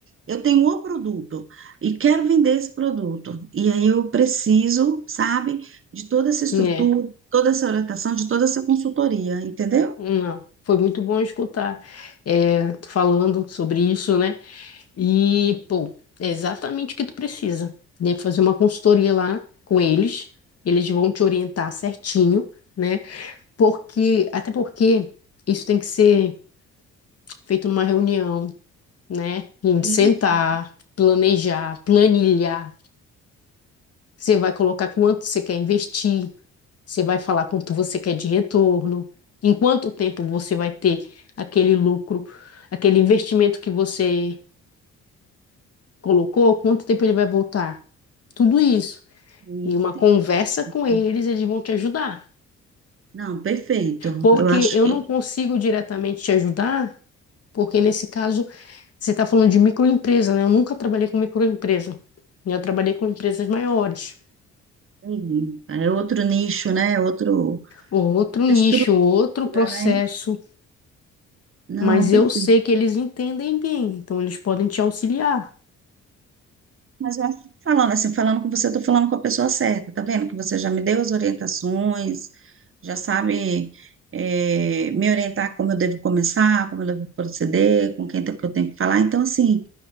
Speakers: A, on the right; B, on the left.
A: Eu tenho o produto e quero vender esse produto. E aí eu preciso, sabe, de toda essa estrutura,
B: É,
A: toda essa orientação, de toda essa consultoria, entendeu?
B: não. Foi muito bom escutar é, tu falando sobre isso, né? E, pô, é exatamente o que tu precisa, né? Fazer uma consultoria lá com eles, eles vão te orientar certinho, né? Porque, até porque isso tem que ser feito numa reunião, né? A gente
A: Sim,
B: sentar,
A: entendi,
B: planejar, planilhar. Você vai colocar quanto você quer investir, você vai falar quanto você quer de retorno, em quanto tempo você vai ter aquele lucro, aquele investimento que você colocou, quanto tempo ele vai voltar. Tudo isso.
A: entendi,
B: E uma conversa
A: perfeito.
B: com eles, eles vão te ajudar.
A: Não, perfeito.
B: Porque
A: Eu acho
B: eu
A: que
B: não consigo diretamente te ajudar Porque nesse caso, você está falando de microempresa, né? Eu nunca trabalhei com microempresa. Eu trabalhei com empresas maiores.
A: entendi. é outro nicho, né? é Outro,
B: Outro
A: outra
B: nicho,
A: estrutura,
B: outro processo.
A: né? Não,
B: Mas
A: perfeito.
B: eu sei que eles entendem bem, então eles podem te auxiliar.
A: Mas eu acho que falando assim, falando com você, eu tô falando com a pessoa certa, tá vendo? Que você já me deu as orientações, já sabe, eh, me orientar como eu devo começar, como eu devo proceder, com quem que eu tenho que falar. Então, assim,